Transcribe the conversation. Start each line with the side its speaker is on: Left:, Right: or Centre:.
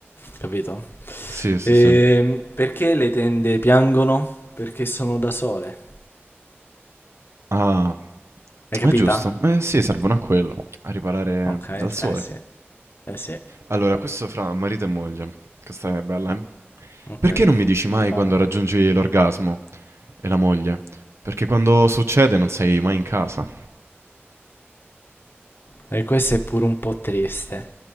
Left: Capito?
Right: Sì, sì,
Left: Ehm,
Right: sì.
Left: perché le tende piangono? Perché sono da sole.
Right: Ah,
Left: Hai
Right: è
Left: capita?
Right: giusto. Eh sì, servono a quello, a riparare
Left: Ok,
Right: dal sole.
Left: eh sì, eh sì,
Right: Allora, questo fra marito e moglie. Questa è bella, eh?
Left: ok,
Right: Perché non mi dici
Left: mi
Right: mai
Left: preparo.
Right: quando raggiungi l'orgasmo? E la moglie? Perché quando succede non sei mai in casa.
Left: E questa è pure un po' triste.